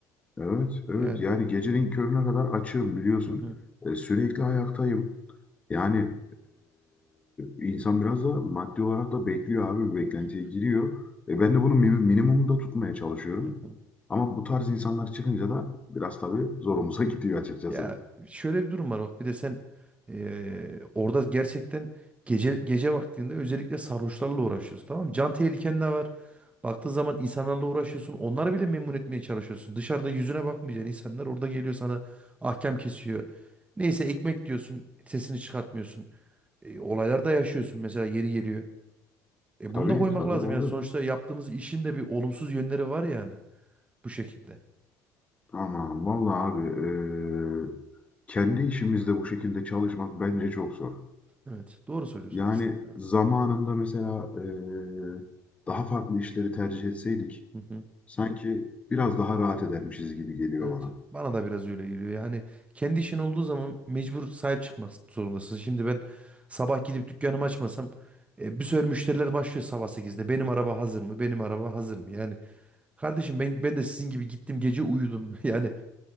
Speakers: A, on the left (about 20°); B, on the right (about 15°).
A: Evet, evet.
B: Yani.
A: Yani gecenin körüne kadar açığım biliyorsun.
B: Hı hı.
A: E, sürekli ayaktayım. Yani e, insan biraz da maddi olarak da bekliyor abi bir beklentiye
B: Evet.
A: giriyor. E, ben de bunu mi- minimumda tutmaya çalışıyorum.
B: Hı hı.
A: Ama bu tarz insanlar çıkınca da biraz tabii zorumuza
B: Evet.
A: <laughs> gidiyor açıkçası.
B: Ya şöyle bir durum var bak bir de sen eee, orada gerçekten gece gece vaktinde özellikle sarhoşlarla uğraşıyorsun tamam mı? Can tehliken de var. Baktığın zaman insanlarla uğraşıyorsun. Onları bile memnun etmeye çalışıyorsun. Dışarıda yüzüne bakmayacaksın insanlar orada geliyor sana ahkam kesiyor. Neyse ekmek diyorsun sesini çıkartmıyorsun. E, olaylar da yaşıyorsun mesela yeri geliyor. E bunu
A: Tabii
B: da koymak
A: tabii
B: lazım
A: abi.
B: yani. Sonuçta yaptığımız işin de bir olumsuz yönleri var yani bu şekilde.
A: Aman vallahi abi e, kendi işimizde bu şekilde çalışmak bence çok zor.
B: Evet, doğru söylüyorsun
A: Yani
B: aslında ya.
A: zamanında mesela eee, daha farklı işleri tercih etseydik
B: Hı hı.
A: sanki biraz daha rahat edermişiz gibi geliyor
B: Evet.
A: bana.
B: Bana da biraz öyle geliyor. Yani kendi işin olduğu zaman mecbur sahip çıkmak zorundasın. Şimdi ben sabah gidip dükkanımı açmasam e, bir sürü müşteriler başlıyor sabah sekizde. Benim araba hazır mı? Benim araba hazır mı? Yani kardeşim ben ben de sizin gibi gittim gece uyudum. <laughs> Yani